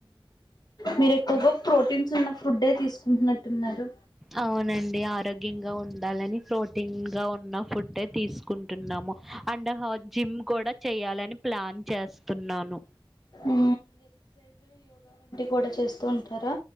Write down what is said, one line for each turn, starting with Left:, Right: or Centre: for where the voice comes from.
Left: మీరు ఎక్కువగా ప్రోటీన్స్ ఉన్న ఫుడ్డే తీసుకుంటున్నట్టున్నారు
Centre: అవునండి ఆరోగ్యంగా ఉండాలని ప్రోటీన్ గా ఉన్న ఫుడ్ తీసుకుంటున్నాం అండ్ జిమ్ కూడా చెయాలని ప్లాన్ చేస్తున్నాను
Left: అ కూడా చేస్తూ ఉంటారా